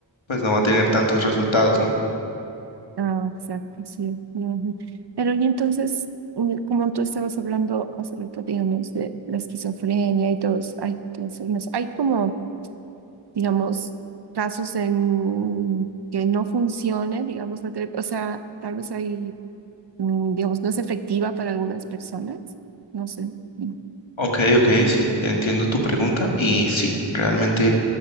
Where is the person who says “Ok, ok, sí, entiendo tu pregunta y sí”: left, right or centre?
Left